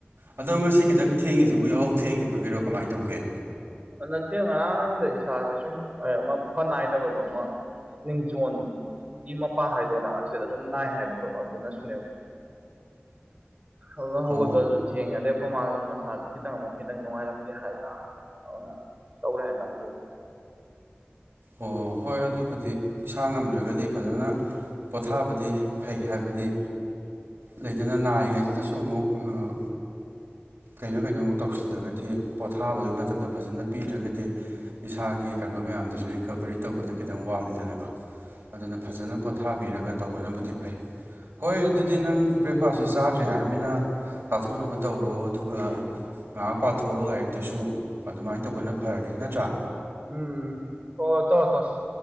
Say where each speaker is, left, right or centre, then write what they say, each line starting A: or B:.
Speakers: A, on the right (about 65°); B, on the right (about 40°).
A: ꯑꯗꯣ ꯉꯁꯤ ꯈꯤꯇꯪ ꯊꯦꯡꯉꯤꯁꯤꯕꯨ ꯌꯥꯍꯧ ꯊꯦꯡꯈꯤꯕꯒꯤꯔꯣ ꯀꯃꯥꯏ ꯇꯧꯒꯦ
B: ꯑ ꯅꯠꯇꯦ ꯉꯔꯥꯡ ꯅꯍꯥꯟꯗꯩ ꯏꯁꯥꯁꯦ ꯁꯨꯝ ꯑꯩ ꯑꯃ ꯐ ꯅꯥꯏꯗꯕꯗꯣ ꯑꯃ ꯅꯤꯡꯖꯣꯟ ꯒꯤ ꯃꯄꯥ ꯍꯥꯏꯗꯣꯔꯥ ꯑꯁꯤꯗ ꯑꯗꯨꯝ ꯅꯥꯏ ꯍꯥꯏꯕꯗꯣ ꯑꯗꯨꯅꯁꯨꯅꯦꯕ ꯑꯗꯨ ꯍꯧꯒꯠꯄꯁꯨ
A: ꯑꯣ
B: ꯊꯦꯡꯉꯦ ꯑꯗꯩ ꯑꯈꯣꯏ ꯃꯥꯁꯨ ꯃꯁꯥꯁꯨ ꯈꯤꯇꯪ ꯑꯃꯨꯛ ꯈꯤꯇꯪ ꯅꯨꯡꯉꯥꯏꯔꯝꯗꯦ ꯍꯥꯏꯕ꯭ꯔꯥ ꯑꯗꯨꯅ ꯇꯧꯔꯦ ꯍꯥꯏ ꯇꯥꯔꯦ ꯕꯣꯠꯇ
A: ꯑꯣ ꯍꯣꯏ ꯑꯗꯨꯕꯨꯗꯤ ꯏꯁꯥ ꯉꯝꯗ꯭ꯔꯒꯗꯤ ꯐꯖꯅ ꯄꯣꯊꯥꯕꯗꯤ ꯐꯩ ꯍꯥꯏꯕꯗꯤ ꯂꯩꯗꯅ ꯅꯥꯔꯤꯉꯩꯗꯨꯗꯁꯨ ꯑꯃꯨꯛ ꯑꯥ ꯀꯩꯅꯣ ꯀꯩꯅꯣꯃꯨꯛ ꯇꯧꯁꯤꯜꯂꯒꯗꯤ ꯄꯣꯊꯥꯕꯒꯤ ꯃꯇꯝꯗꯣ ꯐꯖꯅ ꯄꯤꯗ꯭ꯔꯒꯗꯤ ꯏꯁꯥꯒꯤ ꯀꯩꯅꯣ ꯃꯌꯥꯝꯗꯨꯁꯨꯔꯤ ꯀꯕꯔꯤ ꯇꯧꯕꯗ ꯈꯤꯇꯪ ꯋꯥꯠꯂꯤꯗꯅꯀꯣ ꯑꯗꯨꯅ ꯐꯖꯅ ꯄꯣꯊꯥꯕꯤꯔꯒ ꯇꯧꯕꯅꯕꯨꯗꯤ ꯐꯩ ꯍꯣꯏ ꯑꯗꯨꯗꯤ ꯅꯪ ꯕ꯭ꯔꯦꯛꯐꯥꯁꯁꯨ ꯆꯥꯗ꯭ꯔꯤ ꯍꯥꯏꯔꯃꯤꯅ ꯆꯥꯊꯣꯛꯅꯕ ꯇꯧꯔꯣ ꯑꯗꯨꯒ ꯉꯥꯏꯍꯥꯛ ꯄꯥꯊꯣꯛꯑꯣ ꯂꯥꯏꯔꯤꯛꯇꯨꯁꯨ ꯑꯗꯨꯃꯥꯏꯅ ꯇꯧꯕꯅ ꯐꯔꯅꯤ ꯅꯠꯇ꯭ꯔꯥ
B: ꯎꯝ ꯑꯣ ꯇꯣ ꯇꯣꯁ